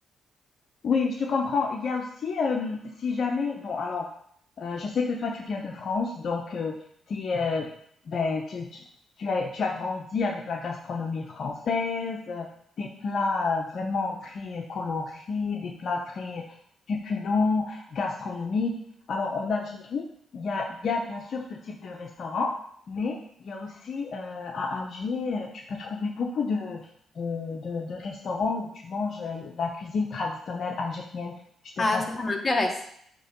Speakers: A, on the left; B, on the left.
A: Oui, je te comprends. Il y a aussi, hem, si jamais bon alors, heu, je sais que toi tu viens de France donc heu, tu es, heu, tu tu tu as tu as grandi avec la gastronomie française, heu, des plats, heu, vraiment très colorés, des plats très succulents, gastronomiques. Alors en Algérie, il y a il y a bien sûr ce type de restaurant, mais il y a aussi, heu, à Alger, heu, tu peux trouver beaucoup de de, de, de restaurants où tu manges euh, la cuisine traditionnelle algérienne. Je te
B: Ah
A: conseille.
B: ça, ça m'intéresse.